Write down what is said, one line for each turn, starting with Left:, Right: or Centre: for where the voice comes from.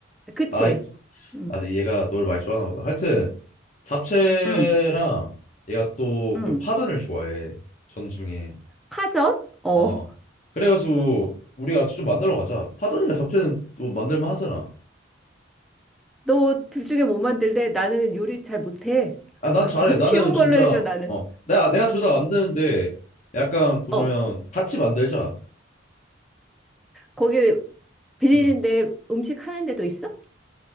Centre: 그치?
Left: 아,
Centre: 응,
Left: 아직 얘가 너를 많이 좋아하나 보다. 하여튼 잡채랑
Centre: 응,
Left: 얘가 또
Centre: 응.
Left: 그 파전을 좋아해. 전중에.
Centre: 파전? 어,
Left: 어. 그래가지고 우리가 직접 만들어 가자. 파전이나 잡채는 또 만들만 하잖아.
Centre: 너 둘 중에 뭐 만들래? 나는 요리 잘 못해.
Left: 아, 난
Centre: <laughs>
Left: 잘해. 나는
Centre: 쉬운
Left: 진짜
Centre: 걸로 해줘, 나는.
Left: 어. 내가 내가 둘 다 만드는데 약간 그러면
Centre: 어,
Left: 같이 만들자.
Centre: 거기 빌리는데
Left: 음.
Centre: 음식 하는 데도 있어?